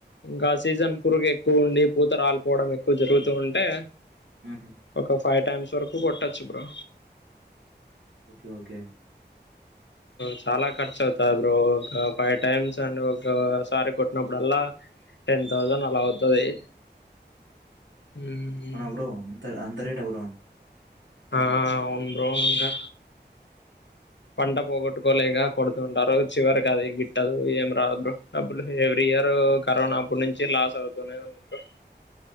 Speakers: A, on the left; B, on the right.
A: గ సీజన్ పురుగు ఎక్కువుండి పోతరల్ పోవడం ఎక్కువ జరుగుతూ
B: హ్మ్.
A: ఉంటే
B: హుహు.
A: ఒక ఫో ఫైవ్ టైమ్స్ వరకు కొట్టోచ్చు బ్రో
B: ఓకే ఓకే
A: చాలా ఖర్చు అవుతా బ్రో ఒక ఫైవ్ టైమ్స్ అండ్ ఒకసారి కొట్నాపుడల్ల టెన్ థౌసండ్ అలా అవుతది ఉం
B: అవునా బ్రో అంత అంత రేట్ బ్రో
A: ఆ అవును బ్రో ఇంకా పంట పోగొట్టుకోలేక కొడుతుంటారు చివరికి అది గిట్టదు ఏం రాదు బ్రో డబ్బులు ఎవ్రీ ఇయర్ రు కరోనా అప్పుటి నుంచి లాస్ అవుతూనే ఉంది బ్రో